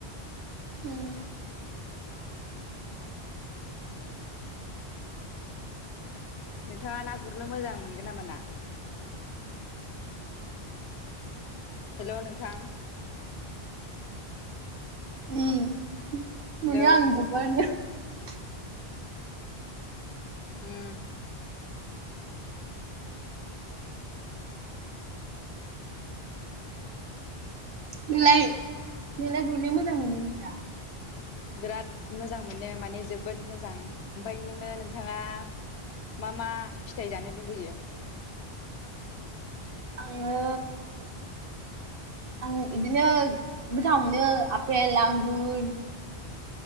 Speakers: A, on the right; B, on the left.
A: उम।
B: नोंथाङा ना गुरनो मोजां मोनगोन ना मोना। हेलौ नोंथां।
A: उम मोनो‌ आं
B: हेलौ
A: <unintelligible>
B: उम
A: नोंलाय नोंलाय गुरनो मोजां मोनो <unintelligible>
B: बिराद मोजां मोनो माने जोबोद मोजां ओमफ्राय नोङो नोंथाङा मा मा फिथाइ जानो लुबैयो?
A: आङो आं इदिनो गोथाव मोनो आपेल आंगुर